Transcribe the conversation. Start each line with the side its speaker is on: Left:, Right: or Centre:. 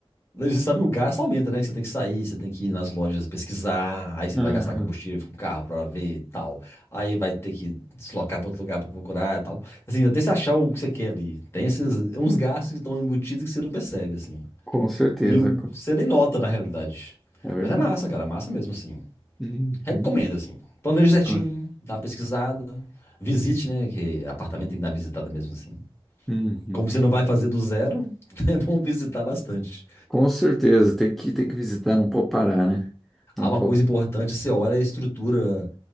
Left: Você sabe que o gasto aumenta, né? Que você tem que sair, você tem que ir nas lojas pesquisar, aí você
Centre: Aham.
Left: vai gastar combustível com o carro pra ver e tal. Aí vai ter que deslocar pra outro lugar pra procurar e tal. Assim, até você achar o que você quer ali. Tem esses uns gastos que estão embutidos que você não percebe, assim.
Centre: Com certeza,
Left: E o-
Centre: co-
Left: você nem nota, na realidade.
Centre: é verdade.
Left: Mas é massa, cara, é massa mesmo, assim.
Centre: Uhum.
Left: Recomendo, assim. planeje certinho,
Centre: Com
Left: dá uma pesquisada, visite, né? Que apartamento tem que dar visitada mesmo, assim.
Centre: uhum.
Left: Como você não vai fazer do zero, <laughs> é bom visitar bastante.
Centre: Com certeza, tem que, tem que visitar, não pode parar, né?
Left: Há
Centre: Não
Left: uma
Centre: pode.
Left: coisa importante, você olha a estrutura,